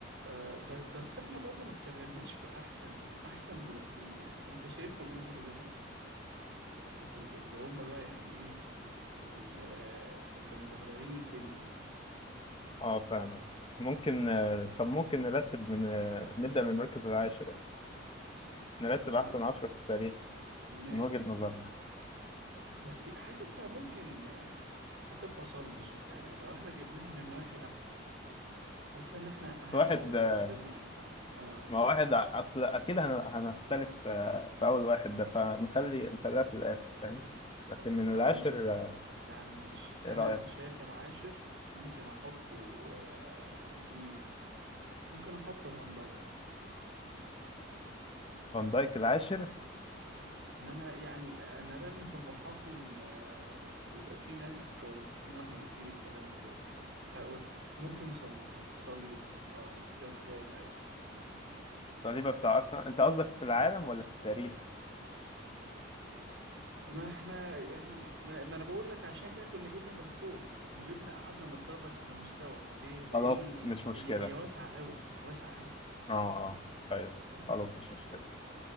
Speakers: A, on the right (about 70°); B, on the left (about 25°).
A: آه، ب- بس احنا برضو ما اتكلمناش في احسن احسن مدافعين يعني انت شايفهم ايه من وجهة نظرك ال- ال- اللي هم بقى يعني ايه ال- آه، اللي مدغدغين الدنيا دول
B: اه فاهمك ممكن آه، طب ممكن نرتب من آه، نبدأ من المركز العاشر يعني نرتب
A: انا
B: أحسن عشرة في التاريخ
A: ماشي
B: من وجهة نظرنا
A: بس حاسسها ممكن آه، هتبقى صلمة شوية يعني لو احنا جبناها من واحد احسن حاسسها ان احنا هنعك
B: بس واحد آه،
A: لو جبنا من تحت اه
B: ما واحد ع- أصل أكيد هن- هنختلف آه، في أول واحد ده فنخلي نخليها في الآخر فاهم لكن من
A: يا
B: العاشر
A: عم يا,
B: آه،
A: يا عم ماشي
B: إيه
A: انا
B: رأيك
A: شايف العاشر ممكن احطه آه، مين ممكن احط فان دايك مثلا
B: فان دايك العاشر
A: ما انا يعني انا رامي طموحاتي ان آه، يبقى في ناس كويسين واحنا بنجيب الكلام فوق هقول لك ممكن صليبه صليبه اه شغال قوي
B: صليبة بتاع أرسنال أنت قصدك في العالم ولا في التاريخ
A: ما احنا يعني ما, ما انا بقول لك عشان كده كنا جبنا من فوق وجبنا قعدنا نتدرج في المستوى ليه لاني
B: خلاص مش مشكلة
A: هي هي واسعه قوي واسعه قوي
B: اه اه أيوه
A: انت فاهم
B: خلاص مش مشكلة